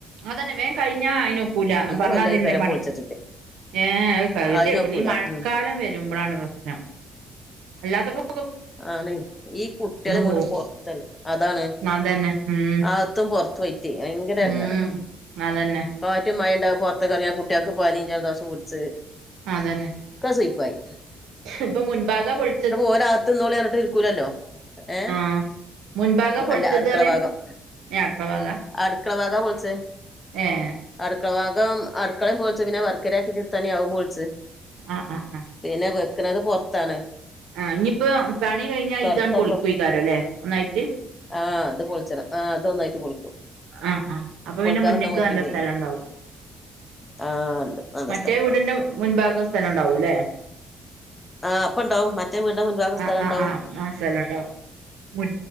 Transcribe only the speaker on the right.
അതന്നെ വേം കഴിഞ്ഞാ അയിനൊപ്പൂലാ പറഞ്ഞാ
അതിന്നെ
പണി
ഏ ഒരു കവിത
ഇടൂല ഈ മഴക്കാലം
വരുമ്പഴാണ് പ്രശ്നം അല്ലാത്തപ്പൊ
പോവും
അതന്നെ ഉം
ഉം അതന്നെ
ആ അതന്നെ
ഇപ്പൊ മുൻഭാഗ പോളി
ആഹ് മുൻഭാഗാ പൊളിച്ചത്
പറയാ ഏഹ് അടുക്കള ഭാഗാ
ഏഹ്
ആ ആ
ആ ഇനിയിപ്പോ പണികഴിഞ്ഞാ
ഇതാണ് പൊളിക്കോയിക്കാരല്ലേ ഒന്നായിട്ട്.
ആ ആ അപ്പൊ
പിന്നെ മുന്നേക്ക്
വേണ്ട സ്ഥലൊണ്ടാവും.
മറ്റേ
വീടിന്റെ മുൻബാഗം സ്ഥലൊണ്ടാവൂല്ലേ.
ആ
ആ ആ മാസ്ഥലോണ്ടാവും. മുൻ